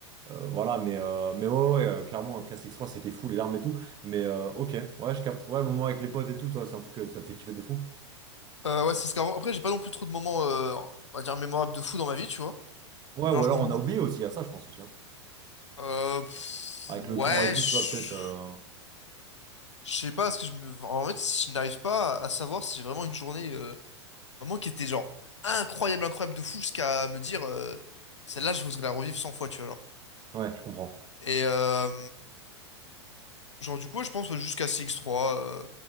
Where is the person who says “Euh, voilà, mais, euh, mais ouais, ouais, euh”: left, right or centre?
Right